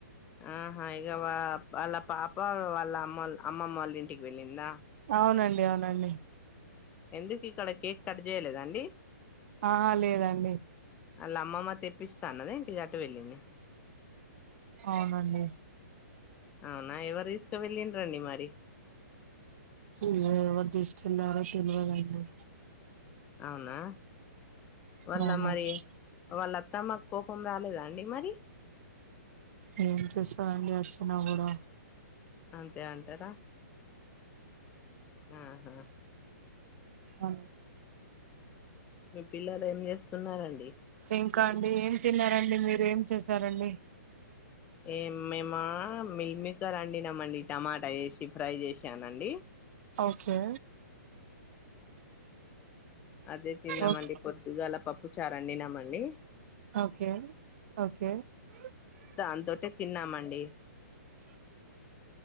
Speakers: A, on the left; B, on the right.
A: ఆహా ఇక వాళ్ళ పాప వాళ్ళ అమ్మ అమ్మమ్మ వాళ్ళ ఇంటికి వెళ్ళిందా.
B: అవునండి అవునండి.
A: ఎందుకు ఇక్కడ కేక్ కట్ చేయలేదండి.
B: ఆ లేదండి.
A: వాళ్ళ అమ్మమ్మ తెప్పిస్తాను అన్నదెంటీ అటు వెళ్ళింది.
B: అవునండి.
A: అవునా ఎవరు తీసుకు వెళ్ళిరండి మరి.
B: ఏమో ఎవరు తీసుకెళ్ళారో తెలియదండి.
A: అవునా వాళ్ళ
B: అవునండి
A: మరి వాళ్ళఅత్తమ్మ కోపం రాలేదా అండి మరి
B: ఉమ్ ఏం చేస్తారండి వచ్చిన కూడా
A: అంతే అంటారా ఆహా
B: ఆ
A: మీ పిల్లలు ఏం చేస్తున్నారండి
B: ఇంకా అండి ఏం తిన్నారండి మీరు ఏం చేశారండి
A: ఏ మేమ మిల్క్ మేకర్ అండినామండి టమాటా వేసి ఫ్రై చేసానండి
B: ఒకే
A: అదే తిన్నామండి
B: ఓకే
A: పొద్దుగాల పప్పు చారూ అండినమండి
B: ఓకేఓకే ఒకే
A: దాంతోటే తిన్నామండి